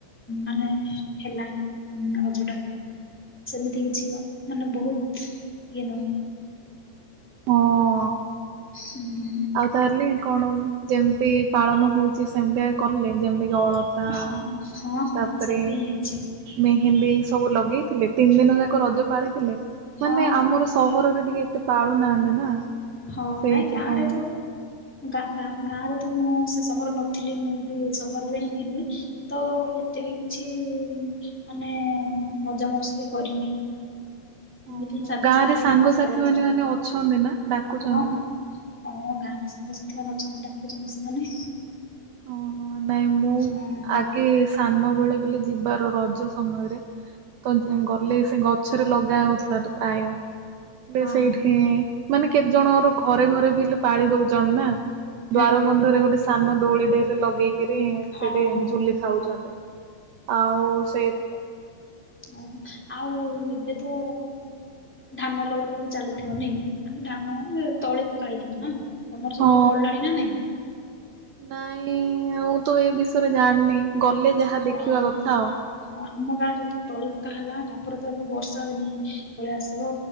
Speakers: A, in the centre; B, on the right.
A: ମାନେ ହେଲା ହଁ ଅଝଟା। ସେମିତି କିଛି ମାନେ ବହୁତ ଇଏ ନୁହ।
B: ହଁ।
A: ଉଁ।
B: ଆଉ ତାହେଲେ କଣ ଯେମିତି ପାଳନ ହଉଛି ସେମିତିଆ କଲେ। ଯେମତିକି ଅଳତା
A: ହଁ ହଁ। ହଁ
B: ତାପରେ
A: ସେମିତି ହିଁ ହେଇଛି
B: ମେହେନ୍ଦୀ ସବୁ ଲଗେଇଥିଲେ ତିନି ଦିନ
A: ହଁ
B: ଯାକ ରଜ ପାଳିଥିଲେ।
A: ହଁ
B: ମାନେ
A: ହଁ
B: ଆମର ସହରରେ ଟିକେ ଏତେ ପାଳୁ ନାହାନ୍ତି ନା।
A: ହଁ
B: ସେଇଥିପାଇଁ
A: ନାଇଁ ଗାଁ ରେ ଯୋଉ ଗାଁ ଗାଁ ରେ ତ ମୁଁ ସେ ସମୟର ନଥିଲି ମୁଁ ବି ସହରରେ ହିଁ ଥିଲି। ତ ଏତେ ବି କିଛି ମାନେ ମଜା ମସ୍ତି କରିନି। ଏମିତି
B: ଓହୋ
A: ହ ସାଧା
B: ଗାଁ
A: ସିଧା ରେ
B: ସାଙ୍ଗସାଥି
A: ପଳେଇଲା
B: ମାନେ ମାନେ ଅଛନ୍ତି ନା ଡାକୁଛନ୍ତି
A: ହଁ ହଁ।
B: ନା
A: ହଁ ଗାଁ ସାଙ୍ଗସାଥୀ ମାନେ ଅଛନ୍ତି ଡାକୁୁଛନ୍ତି ସେମାନେ।
B: ଓଁ ହଁ ନାଇଁ ମୁଁ
A: ହୁଁ
B: ଆଗେ ସାନ ବେଳେ ବୋଲି ଯିବାର ରଜ ସମୟରେ ତ ଗଲେ ସେ ଗ ଛରେ ଲଗା ହଉଥିଲା ତ ପ୍ରାୟ। ହେଲେ
A: ହଁ
B: ସେଇଠି ମାନେ କେତେ ଜଣର ଘରେ ଘରେ ବି ହେଲେ ପାଳି ଦଉଛନ୍ତି ନା।
A: ହୁଁ
B: ଦ୍ଵାର ବନ୍ଧରେ ଗୋଟେ ସାନ ଦୋଳି ଟି ହେଲେ ଲଗେଇକି ରି
A: ହଁ
B: ସେଠି
A: ହଁ
B: ଝୁଲି ଥାଉଛନ୍ତି ଆଉ ସେଇଥି
A: ହଉ ଆଉ ଏବେ ତ ଧାନ ଲଗା ଲଗି ଚାଲିଥିବ ନାଇ ମାନେ ଧାନ ତଳି ପକା ହେଇଥିବ ନା। ତମର
B: ହଁ
A: ସେପଟେ ପଡିଲାଣି ନା ନାଇଁ?
B: ନାଇଁ ମୁଁ ତ ଏ ବିଷୟରେ ଜାଣିନି ଗଲେ ଯାହା
A: ହଁ
B: ଦେଖିବା କଥା ଆଉ।
A: ହଁ ଆମ ଗାଁରେ ଏ ତଳି ପକା ହେଲା ତାପରେ ତ ଏବେ ବର୍ଷା ହନି ପଳେଇ ଆସିବ।